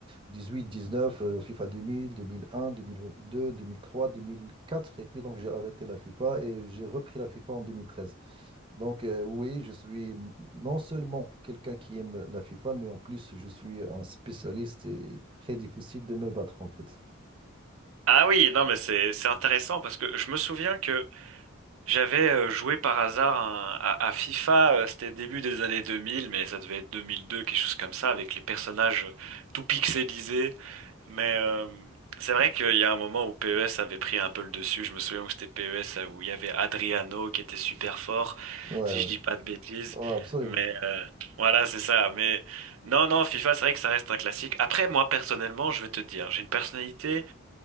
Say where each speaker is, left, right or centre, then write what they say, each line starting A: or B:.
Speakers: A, on the right; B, on the right.
A: 18, 19, euh, FIFA deux deux deux deux, deux mille, mille mille un, mille trois, deux mille quatre et puis donc j'ai arrêté la FIFA et j'ai repris la FIFA en 2013. Donc, euh, oui, je suis non seulement quelqu'un qui aime la FIFA, mais en plus, je suis un spécialiste et très difficile de me battre, en fait.
B: Ah oui, non, mais c'est c'est intéressant parce que je me souviens que j'avais euh, joué par hasard un- à, à FIFA, euh, c'était début des années 2000, mais ça devait être 2002, quelque chose comme ça, avec les personnages euh, tout pixelisés Mais euh, c'est vrai qu'il y a un moment où PES avait pris un peu le dessus. Je me souviens où c'était PES, où il y avait Adriano qui était super fort,
A: Ouais,
B: si
A: ouais,
B: je dis pas de bêtises.
A: Ouais, absolument.
B: Mais euh, voilà, c'est ça. Mais non, non, FIFA, c'est vrai que ça reste un classique. Après, moi, personnellement, je vais te dire, j'ai une personnalité.